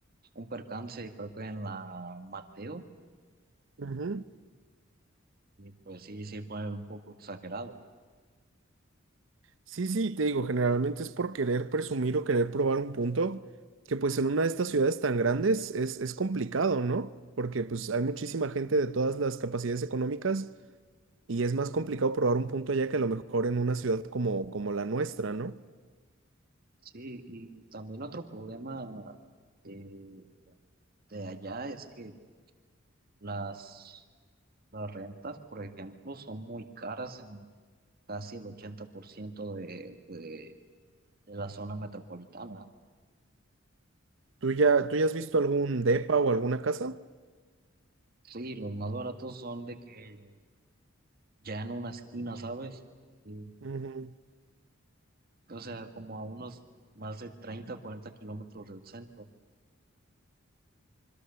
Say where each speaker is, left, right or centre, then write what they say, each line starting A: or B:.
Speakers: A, on the right; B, on the right.
A: un percance, creo que en la Mateo,
B: Ujú.
A: y pues sí, sí fue un poco exagerado.
B: Sí, sí, te digo, generalmente es por querer presumir o querer probar un punto que pues en una de estas ciudades tan grandes es, es complicado, ¿no? Porque pues hay muchísima gente de todas las capacidades económicas y es más complicado probar un punto allá que a lo mejor en una ciudad como, como la nuestra, ¿no?
A: Sí, y también otro problema eh, de allá es que las, las rentas, por ejemplo, son muy caras en casi el 80% de, de, de la zona metropolitana.
B: ¿Tú ya, tú ya has visto algún depa o alguna casa?
A: Sí, los más baratos son de que ya en una esquina, ¿sabes? Y,
B: Ujú.
A: o sea, como a unos más de 30 o 40 kilómetros del centro.